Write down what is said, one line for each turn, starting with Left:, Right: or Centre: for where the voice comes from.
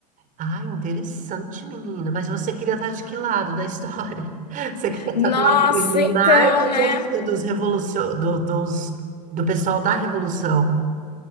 Right: Ah, interessante, menina. Mas você queria estar de que lado da história? <laughs> Você queria
Left: Nossa,
Right: estar do lado dos monarcas
Left: então, né?
Right: ou dos, dos revolucio- do, dos, do pessoal da Revolução?